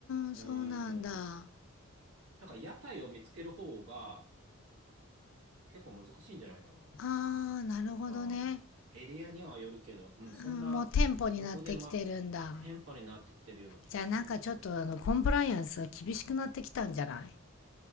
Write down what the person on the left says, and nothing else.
ん、
そうなんだ。
あー、なるほどね。
うんもう店舗になってきてるんだ。
じゃあなんかちょっとあの、コンプライアンスが厳しくなってきたんじゃない